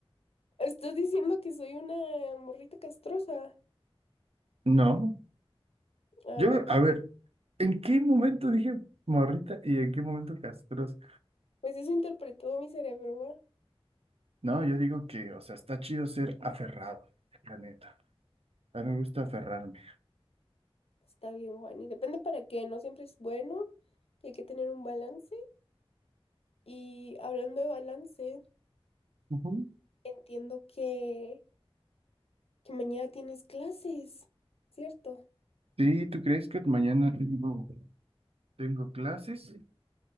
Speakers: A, on the left; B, on the right.
A: Estás diciendo que soy una morrita castrosa.
B: No.
A: Ah,
B: Yo,
A: bueno,
B: a ver, ¿en qué momento dije morrita y en qué momento castrosa?
A: pues eso interpretó mi cerebro, ¿va?
B: No, yo digo que, o sea, está chido ser aferrado, la neta. A mí me gusta aferrarme.
A: Está bien, Juan y Depende para qué, no siempre es bueno. y Hay que tener un balance. Y hablando de balance,
B: Ujú.
A: entiendo que, que mañana tienes clases, ¿cierto,
B: Sí, ¿tú crees que mañana tengo, tengo clases?